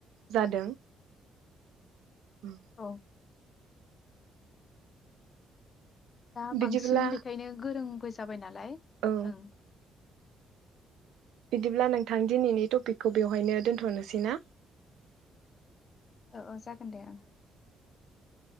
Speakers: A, on the right; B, on the left.
A: जादों, उम
B: औ दा बांसिन
A: बिदिब्ला
B: बेखायनो गोरोंबो जाबाय नालाय
A: औ
B: ओं,
A: बिदिब्ला नोंथां दिनैनि टपिकखौ बेवहायनो दोन्थनोसै ना?
B: औ औ जागोन दे ओं,